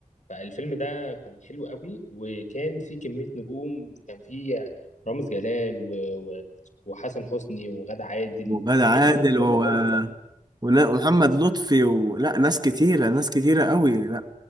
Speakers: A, on the left; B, on the right.
A: فالفيلم ده كان حلو قوي وكان فيه كميه نجوم كان فيه رامز جلال و... و... وحسن حسني وغادة عادل
B: وغادة
A: وكميه
B: عادل
A: نجوم حلوه
B: ونا-
A: قوي بصراحه
B: ومحمد لطفي ولا ناس كتيرة ناس كتيرة قوي لا